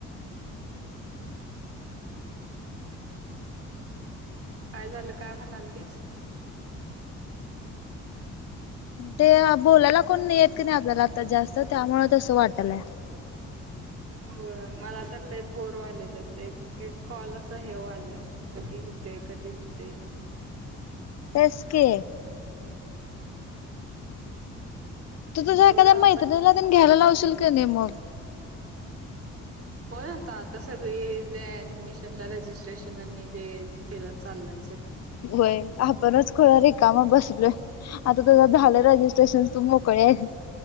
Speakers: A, on the right; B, on the left.
A: <unintelligible> काय झालं काय म्हणाल तीस
B: ते बोलायला कोण येत की नाही आपल्याला आता जास्त त्यामुळं तस वाटलाये
A: हो मला त्यातले एक बोरवाले त्या एक कॉल अस हेवलंय की होते कधी होते.
B: तस की. तू तुझ
A: एवढं
B: एखाद्या
A: आपण
B: माहत नाही घ्यायला लावशील का नाही मग
A: होय आता आता सगळी ऍडमिशनला रजिस्ट्रेशन तेला चाललंय.
B: व्हय आपणच खड रिकामा बसलोय आता तुझं झालंय रजिस्ट्रेशन तुम मोकळीये